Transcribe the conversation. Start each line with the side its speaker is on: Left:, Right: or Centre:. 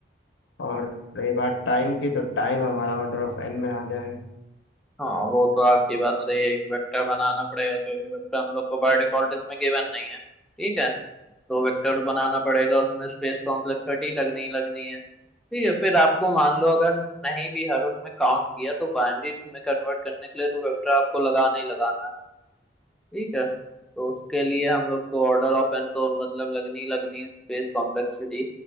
Left: और रही बात टाइम की तो टाइम हमारा ऑर्डर ऑफ एन में आ जाएगा
Centre: हाँ वो तो आपकी बात सही है एक वेक्टर बनाना पड़ेगा क्योंकि वेक्टर हम लोग को बाय डिफॉल्ट इसमें गिवन नहीं है ठीक है तो वेक्टर बनाना पड़ेगा उसमें स्पेस कॉम्प्लेक्सिटी लगनी ही लगनी है ठीक है फिर आपको मान लो अगर नहीं भी हर उसमें काउंट किया तो बाइनरी में कन्वर्ट करने के लिए तो वेक्टर आपको लगाना ही लगाना है ठीक है तो उसके लिए हम लोग को ऑर्डर ऑफ एन तो मतलब लगनी ही लगनी स्पेस कॉम्प्लेक्सिटी